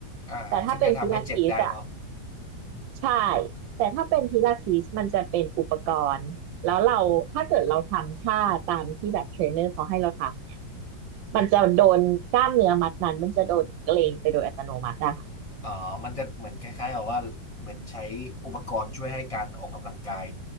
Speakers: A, on the left (about 20°); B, on the right (about 80°).
A: อ่าซึ่งจะทำให้เจ็บได้เนาะ
B: แต่ถ้าเป็นพิลาทิสอะ ใช่แต่ถ้าเป็นพิลาทิสมันจะเป็นอุปกรณ์แล้วเราถ้าเกิดเราทำท่าตามที่แบบเทรนเนอร์เขาให้เราทำเนี่ยมันจะโดนกล้ามเนื้อมัดนั้นมันจะโดนเกร็งไปโดยอัตโนมัติอะค่ะ
A: อ๋อมันจะเหมือนคล้ายๆกับว่าเหมือนใช้อุปกรณ์ช่วยให้การออกกำลังกาย